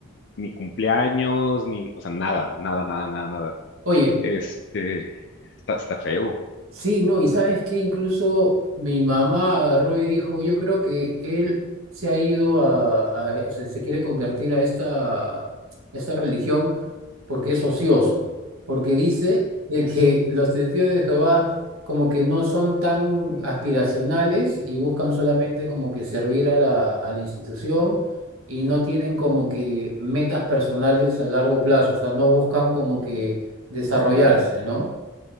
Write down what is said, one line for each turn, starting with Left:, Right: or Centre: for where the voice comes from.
Left: ni cumpleaños, ni, o sea, nada, nada, nada, nada, nada.
Right: Oye,
Left: Este, está, está feo,
Right: Sí, no, y sabes que incluso mi mamá agarró y dijo, yo creo que él se ha ido a, a- o sea, se quiere convertir a esta, esta religión porque es ocioso, porque dice de que los testigos de Jehová como que no son tan aspiracionales y buscan solamente como que servir a la, a la institución y no tienen como que metas personales a largo plazo, o sea, no buscan como que desarrollarse, ¿no?